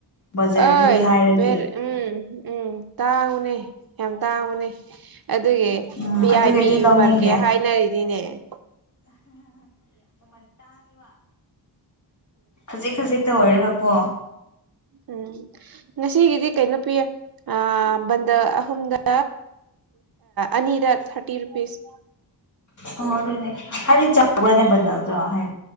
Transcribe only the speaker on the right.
ꯑꯔ
ꯎꯝ ꯎꯝ ꯌꯥꯝ ꯇꯥꯡꯕꯅꯦ ꯑꯗꯨꯒꯤ
ꯚꯤ
ꯑꯥꯏ ꯄꯤ
ꯃꯥꯔꯀꯦꯠ ꯍꯥꯏꯅꯔꯤꯅꯤꯅꯦꯚ
ꯎꯝ ꯉꯁꯤꯒꯤꯗꯤ ꯀꯩꯅꯣ ꯄꯤꯌꯦ ꯕꯟꯗꯜ ꯑꯍꯨꯝꯗ ꯑꯅꯤꯗ ꯊꯥꯔꯇꯤ ꯔꯨꯄꯤꯁ